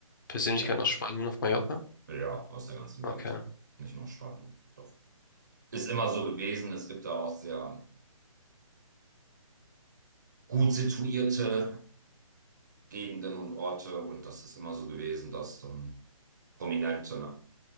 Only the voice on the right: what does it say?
Ja,
ja, aus der ganzen
Welt. Nicht nur aus Spanien. Doch. Ist immer so gewesen. Es gibt da auch sehr gut situierte Gegenden und Orte. Und das ist immer so gewesen, dass dann Prominente, ne,